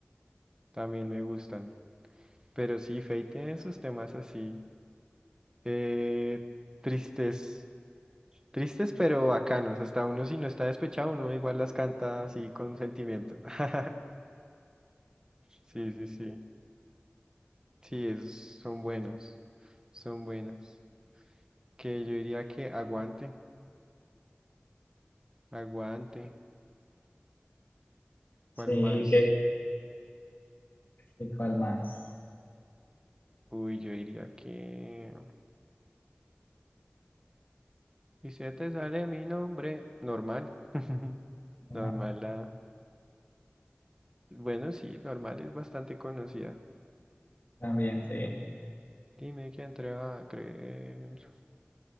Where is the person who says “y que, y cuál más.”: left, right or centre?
Left